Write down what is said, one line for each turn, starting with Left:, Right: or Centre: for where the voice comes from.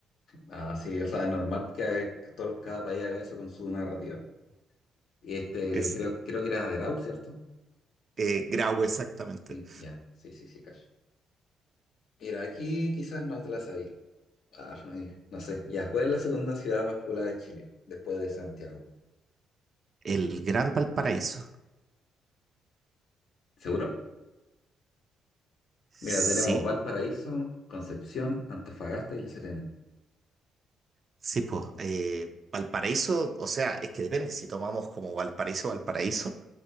Left: Así, o sea, es normal que, que todo, cada país haga eso con su narrativa. Y este,
Right: Es
Left: creo, creo que era Grau, ¿cierto?
Right: eh, Grau, exactamente.
Left: Sí, ya. Sí, sí, sí, cacho. Mira, aquí quizás no te la sabí. Ah, ay, no sé. Ya, ¿cuál es la segunda ciudad más poblada de Chile después de Santiago?
Right: El Gran Valparaíso.
Left: ¿Seguro?
Right: Sí.
Left: Mira, tenemos Valparaíso, Concepción, Antofagasta y La Serena.
Right: Sí, pues, eh, Valparaíso, o sea, es que depende, si tomamos como Valparaíso, Valparaíso,